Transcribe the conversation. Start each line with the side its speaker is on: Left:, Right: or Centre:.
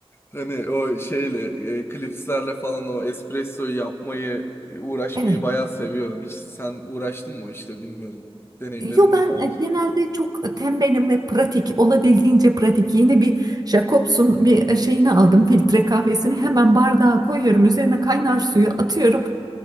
Left: Hani o şeyle e, klipslerle falan o espressoyu yapmayı e, uğraşmayı
Right: Evet.
Left: bayağı seviyorum. Hiç sen uğraştın mı o işte bilmiyorum. Deneyimledin
Right: Yo
Left: mi
Right: ben
Left: daha
Right: e,
Left: önce?
Right: genelde çok e, tembelim ve pratik olabildiğince pratik. Yeni bir Jacobs'un bir e, şeyini aldım filtre kahvesini hemen bardağa koyuyorum üzerine kaynar suyu atıyorum.